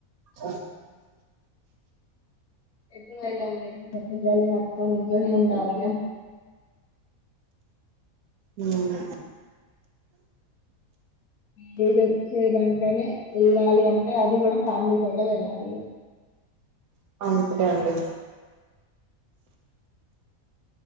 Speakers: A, on the right (about 85°); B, on the left (about 85°).
A: ఉ
B: ఎటు వెళ్ళాలి ఏమో పిల్లల్ని పెట్టుకోని ఇంట్లో నేఉండాలిగా
A: హ్మ్
B: నేను వచ్చి చేయడానికనే వెళ్ళాలి అంటే అది కూడా ఫ్యామిలీ తోటే వెళ్ళాలిగ
A: ఇప్పుడే అండి